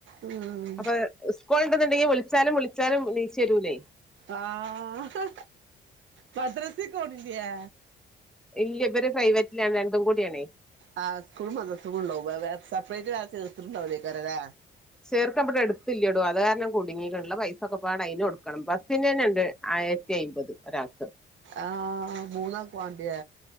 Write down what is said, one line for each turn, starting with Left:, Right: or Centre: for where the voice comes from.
Right: ഉം
Centre: അപ്പൊ സ്കൂള് ഉണ്ടെന്നുണ്ടെങ്കിൽ വിളിച്ചാലും വിളിച്ചാലും ണീച്ച് വരൂല്ലേ?
Right: ആഹ മദ്രസിക്ക് പോണില്ല്യേ?
Centre: ഇല്ല ഇവര് പ്രൈവറ്റിലാ രണ്ടും കൂടിയാണേ
Right: ആഹ സ്കൂൾ മദ്റസുണ്ടാകും സെപ്പറേറ്റ് വേറെ ചേർത്തിട്ടണ്ടാവില്ലേകാര <unintelligible> ല്ലെ?
Centre: ചേർക്ക അവിടെ എടുത്തില്ലോടോ അത് കാരണം കുടുങ്ങി ഒള്ളെ പൈസൊക്കെ പാട അതിന് കൊടുക്കണം ബസിന് തന്നെയുണ്ട് ആയിരത്തി അയിമ്പത് ഒരാൾക്ക്-
Right: ആഹ് മൂന്നാൾക്ക് വാണ്ടിയാ